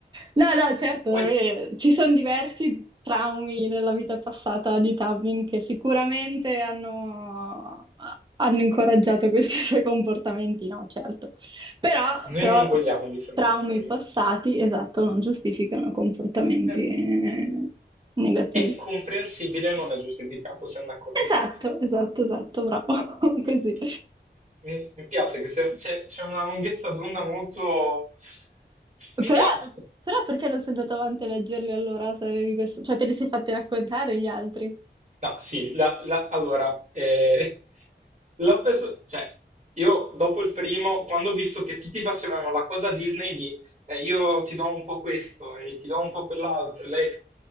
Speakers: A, on the right (about 25°); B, on the right (about 40°).
A: No, no, certo,
B: poi
A: eh, ci sono diversi traumi nella vita passata di Tubman che sicuramente hanno, hanno incoraggiato questi <laughs> suoi comportamenti, no, certo. Però,
B: noi
A: però
B: non vogliamo difendere
A: traumi
B: Crowley.
A: passati, esatto, non giustificano comportamenti
B: Esatto.
A: eh, negativi.
B: È comprensibile, non è giustificato, siamo d'accordo.
A: Esatto, esatto, esatto, bravo, <laughs> così.
B: Mm. Mi, mi piace che sia- c'è c'è una lunghezza d'onda molto...
A: Però,
B: Mi piace.
A: però perché non sei andato avanti a leggerli allora se avevi questo? Cioè te li sei fatti raccontare gli altri?
B: No, sì, la- la- allora, eh, <laughs> la perso- cioè, io dopo il primo, quando ho visto che tutti facevano la cosa Disney di eh, io ti do un po' questo e ti do un po' quell'altro, e lei,